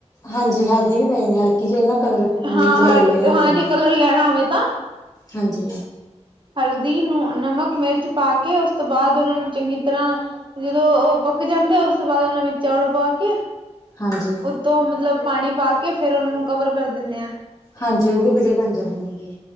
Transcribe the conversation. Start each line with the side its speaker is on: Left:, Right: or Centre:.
Left: ਹਾਂਜੀ ਹਲਦੀ ਵੀ ਪੈ ਜਾਂਦੀ ਹਲਕੀ ਜਿਹੀ ਉਹਦੇ ਨਾਲ ਕਲਰ
Right: ਹਾਂ,
Left: ਮਤਲਬ
Right: ਹ
Left: ਯੈਲੋ ਜਿਹਾ ਹੋ
Right: ਹਾਂ
Left: ਜਾਂਦਾ
Right: ਜੇ ਕਲਰ ਲੈਣਾ ਹੋਵੇ ਤਾਂ
Left: ਹਾਂਜੀ।
Right: ਹਲਦੀ ਨੂੰ ਨਮਕ ਮਿਰਚ ਪਾ ਕੇ, ਉਸ ਤੋਂ ਬਾਅਦ ਉਹਨਾਂ ਨੂੰ ਚੰਗੀ ਤਰ੍ਹਾਂ ਜਦੋਂ ਉਹ ਪੱਕ ਜਾਂਦੇ ਆ। ਉਸ ਤੋਂ ਬਾਅਦ ਉਹਨਾਂ ਵਿੱਚ ਚੌਲ ਪਾ ਕੇ
Left: ਹਾਂਜੀ।
Right: ਤੋ ਮਤਲਬ ਪਾਣੀ ਪਾ ਕੇ, ਫ਼ੇਰ ਉਹਨਾਂ ਨੂੰ ਕਵਰ ਕਰ ਦਿਣੇ ਆਂ
Left: ਹਾਂਜੀ। ਉਹ ਵੀ ਵਧੀਆਂ ਬਣ ਜਾਂਦੇ ਨੇ ਗੇ।